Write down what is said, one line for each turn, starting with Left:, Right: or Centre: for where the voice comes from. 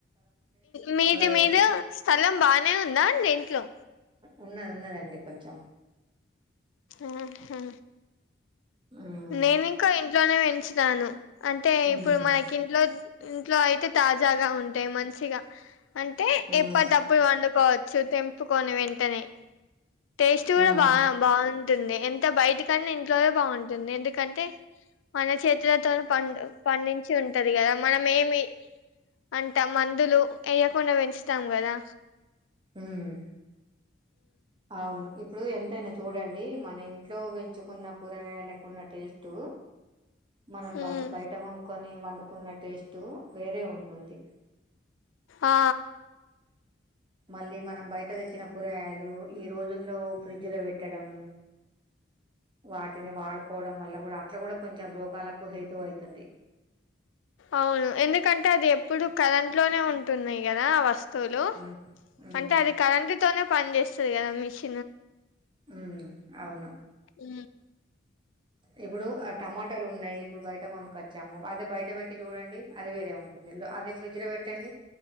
Left: మీది
Right: వేస్తా
Left: మీద స్థలం బానే ఉందా అండి ఇంట్లో
Right: ఉన్నది ఉన్నదండి కొంచెం
Left: ఆహా
Right: మ్మ్
Left: నేను ఇంకా ఇంట్లోనే పెంచుతాను అంటే
Right: మ్మ్
Left: ఇప్పుడు మనకి ఇంట్లో ఇంట్లో అయితే తాజాగా ఉంటాయి మంచిగా అంటే
Right: మ్మ్
Left: ఎప్పటిప్పుడు వండుకోవచ్చు తెంపుకొని వెంటనే టేస్ట్ కూడా
Right: మ్మ్
Left: బా బాగుంటుంది ఎంత బయట కన్నా ఇంట్లోనే బాగుంటుంది ఎందుకంటే మన చేతులతో పం పండించి ఉంటది కదా మన ఏమి అంట మందులు వేయ్యకుండా పెంచ ఇస్తాం కదా
Right: మ్మ్ అవును ఇప్పుడు ఎంతైనా చూడండి మన ఇంట్లో పెంచుకున్న కూరగాయకున్న టేస్ట్ మనం
Left: ఉమ్
Right: బ బయట కొనుకుొని వండుకున్న టేస్ట్ వేరే ఉంటుంది
Left: ఆ
Right: మళ్ళీ మనం బయట తెచ్చిన కూరగాయలు ఈ రోజుల్లో ఫ్రిడ్జ్ లో పెట్టడము వాటిని వాడుకోవడం వల్ల కూడా అట్లా కూడా కొంచెం రోగాలకు హేతువు అవుతుంది
Left: అవును ఎందుకంటే అది ఎప్పుడు కరెంట్ లోనే ఉంటున్నాయి కదా వస్తు లు
Right: ఉమ్ ఉమ్
Left: అంటే అది కరెంట్ తోనే పని చేేస్తుంది కదా మిషన్
Right: ఉ అవును
Left: ఉ
Right: ఇప్పుడు ఆ టమాటోాలు ఉన్నాయి ఇప్పుడు బయట కొనుక్కొచ్చాము అదే బయట పెట్టి చూడండి అది వేరే ఉంటుంది అదే ఫ్రిడ్జ్ లో పెట్టండి